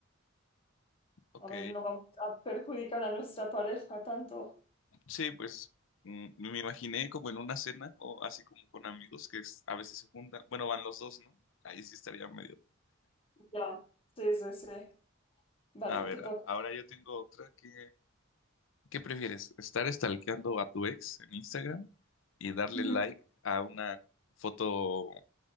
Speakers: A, on the left; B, on the left.
A: Ok.
B: A ver, no vamos a perjudicar a nuestra pareja tanto.
A: Sí, pues mm, me imaginé como en una cena o así como con amigos que es- a veces se juntan, bueno, van los dos, ¿no? Ahí sí estaría medio.
B: Ya, sí, sí, sí. Vale,
A: A ver,
B: te toca.
A: a- ahora yo tengo otra que ¿Qué prefieres? ¿Estar stalkeando a tu ex en Instagram y darle
B: Ujú.
A: like a una foto